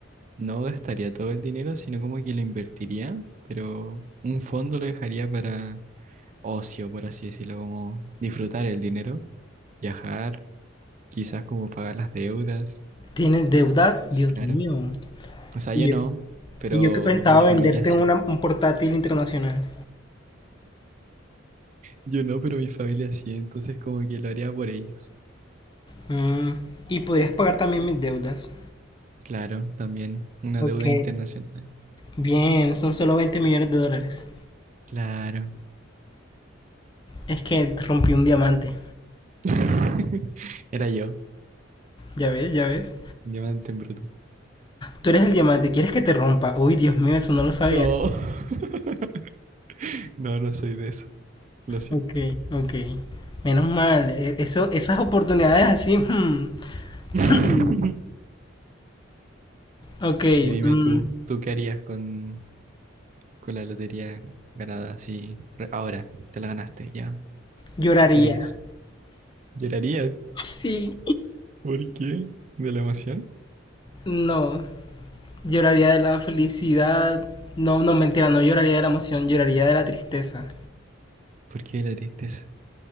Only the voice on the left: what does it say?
¿Tienes deudas?
Dios
mío.
Y
yo,
y yo que pensaba
venderte
una- un portátil internacional.
Mm, Y podías pagar también mis deudas.
Ok.
Bien, son solo 20 millones de dólares.
Es que rompí un diamante.
Ya ves, ya ves.
Tú eres el diamante, ¿quieres que te rompa? Uy, Dios mío, eso no lo sabía.
Ok, ok. Menos mal, e- eso, esas oportunidades así. hmm.
hmm. Ok,
mm,
lloraría.
Sí.
No, lloraría de la felicidad. No, no, mentira, no lloraría de la emoción, lloraría de la tristeza.